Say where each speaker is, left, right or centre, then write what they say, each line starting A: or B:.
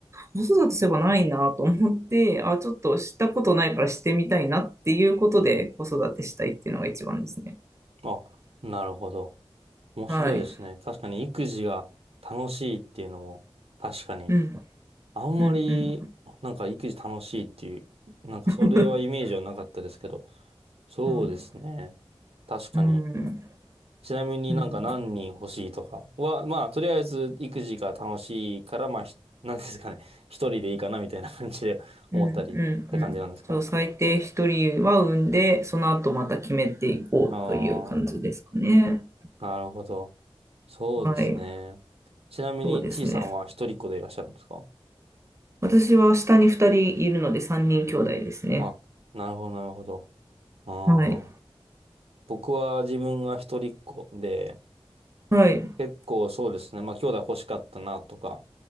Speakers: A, on the right; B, on the right.
A: 子育てすればないなと思って、あ、ちょっとしたことないからしてみたいなっていうことで子育てしたいっていうのが一番ですね。
B: あ、なるほど。面白いですね。
A: はい。
B: 確かに育児が楽しいっていうのも、確かに、
A: うん、
B: あんまり、
A: うん、うん。
B: なんか育児楽しいっていう、なんかそれはイメージはなかったですけど、
A: <laughs>
B: そうですね。
A: うん、
B: 確かに。
A: うん、
B: ちなみになんか何人欲しいとかは、
A: うん。
B: まあ、とりあえず育児が楽しいから、まあ、ひ <laughs> なんですかね。<laughs> 一人でいいかなみたいな感じで思ったりって感じなんですか
A: うんうんうん。そう、最低一人は産んで、その後また決めていこうという感じですかね。
B: ああー。なるほど。そうですね。
A: はい。
B: ちなみに、
A: そうですね。
B: ちいさんは一人っ子でいらっしゃるんですか
A: 私は下に二人いるので三人兄弟ですね。
B: あ、なるほど、なるほど。ああ。
A: はい。
B: 僕は自分が一人っ子で、
A: はい。
B: 結構そうですね。まあ、兄弟欲しかったなとか、